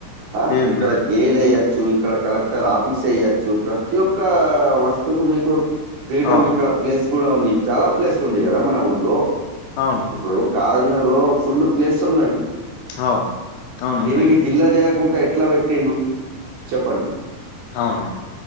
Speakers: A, on the right; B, on the left.
A: ఆ
B: ఏం
A: ఇక్కడ
B: లేదు
A: జైలు వేయొ చ్చు ఇక్కడ కలెక్టర్ ఆఫీస్ వెయ్యచ్చు ప్రతి ఒక్క వస్తువుకు మీకు ఫ్రీడమ్
B: అవును
A: ఇక్కడ ప్లేస్ కూడా ఉంది చాలా ప్లేస్ ఉంది కదా మన ఊర్లో
B: అవును
A: ఇప్పుడు కాగజ్ నగర్ లో ఫుల్ ప్లేస్ ఉన్నది
B: అవ్ అవును
A: దీనికి
B: ఉన్నాయి
A: జిల్లా చేయకుండా ఎట్లా పెట్టిండు చెప్పండి
B: అవును